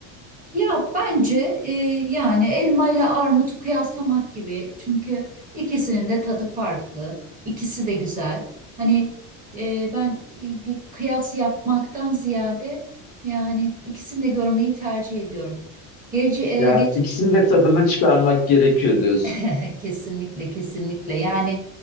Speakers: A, on the right; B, on the left.
A: Ya bence e, yani elma ile armutu kıyaslamak gibi. Çünkü ikisinin de tadı farklı. İkisi de güzel. Hani e, ben e, bir kıyas yapmaktan ziyade yani ikisini de görmeyi tercih ediyorum. Gece e,
B: Yani
A: geç
B: ikisinin de tadını çıkarmak gerekiyor diyorsun.
A: <laughs> kesinlikle kesinlikle yani